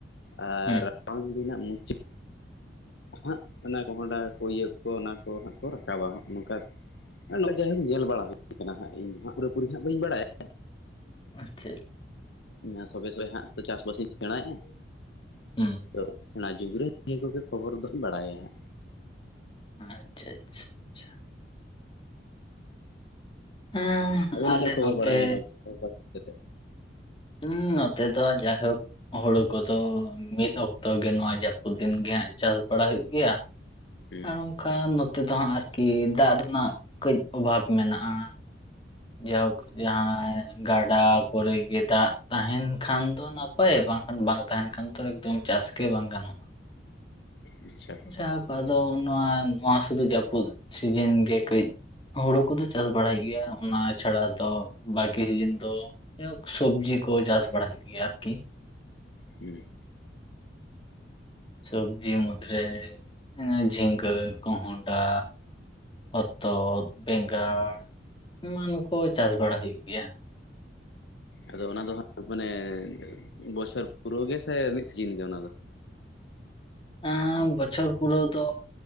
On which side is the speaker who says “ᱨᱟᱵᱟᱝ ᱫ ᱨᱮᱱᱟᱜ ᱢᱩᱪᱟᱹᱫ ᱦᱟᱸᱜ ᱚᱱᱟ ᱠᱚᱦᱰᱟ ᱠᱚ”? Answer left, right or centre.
Left